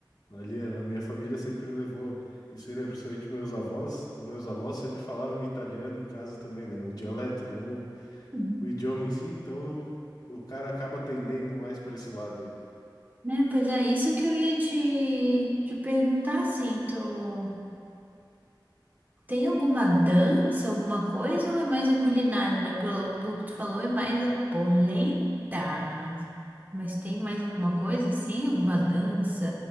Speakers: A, on the left; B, on the right.
A: Ali a minha família sempre levou isso aí, né? Principalmente meus avós. Então, meus avós sempre falavam italiano em casa também, né? O dialeto, não o,
B: Uhum.
A: o idioma em si. Então, o cara acaba tendendo mais para esse lado aí.
B: Né? Pois é, isso que eu ia te, te perguntar, assim, tu. Tem alguma dança, alguma coisa, ou é mais a culinária, né? Pelo, pelo que tu falou, é mais a polenta. Mas tem mais alguma coisa assim? Alguma dança?